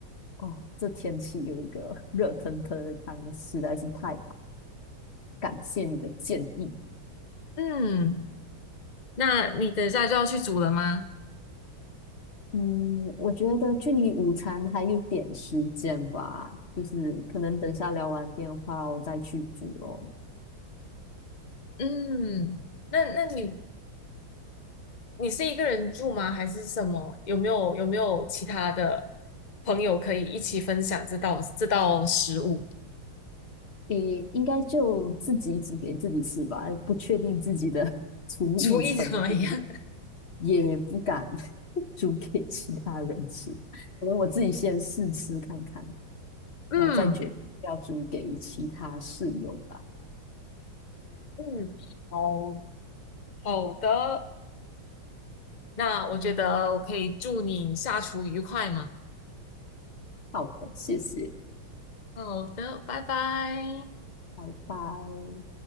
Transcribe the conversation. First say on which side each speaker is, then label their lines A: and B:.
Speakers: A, on the left; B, on the left.
A: 哦，这天气有一个 <laughs> 热腾腾的汤实在是太好，感谢你的建议。
B: 嗯，那你等一下就要去煮了吗？
A: 嗯，我觉得距离午餐还有点时间吧，就是可能等下聊完电话我再去煮哦。
B: 嗯，那那你你是一个人住吗？还是什么？有没有有没有其他的朋友可以一起分享这道这道食物？
A: 诶，应该就自己煮给自己吃吧，不确定自己的 <laughs> 厨艺程度，
B: 厨艺怎么样？<laughs>
A: 也不敢 <laughs> 煮给其他人吃。可能我自己先试吃看看，
B: 嗯
A: 然后再决定要煮给其他室友吧。
B: 嗯，好好的，那我觉得我可以祝你下厨愉快嘛。
A: 好的，谢谢，
B: 好的，拜拜。
A: 拜拜。